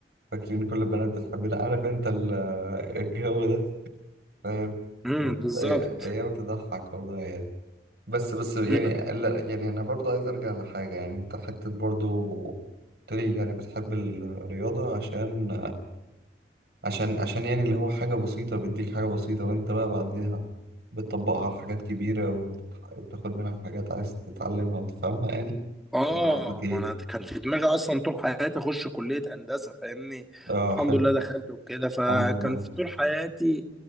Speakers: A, on the right (about 65°); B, in the centre.
A: فاكرين كل البنات بتحبنا عارف انت ال- <laughs> الجو ده فاهم
B: امم
A: كانت
B: بالظبط
A: أي- ايام تضحك والله يعني بس بس يعني
B: مم.
A: لا يعني انا برضو عايز ارجع لحاجة يعني انت حتى برضو قلت لي يعني بتحب الرياضة عشان عشان عشان يعني اللي هو حاجة بسيطة بيديك حاجة بسيطة وانت بقى بعدها بتطبقها على حاجات كبيرة وتتح... وتاخد منها حاجات عايز تتعلمها وتفهمها يعني
B: اه
A: ولا قصدك ايه؟
B: ما انا كان في دماغي اصلا طول حياتي اخش كليه هندسه فاهمني
A: اه
B: الحمد
A: حلو
B: لله دخلت وكده فكان
A: الحمد لله
B: في طول حياتي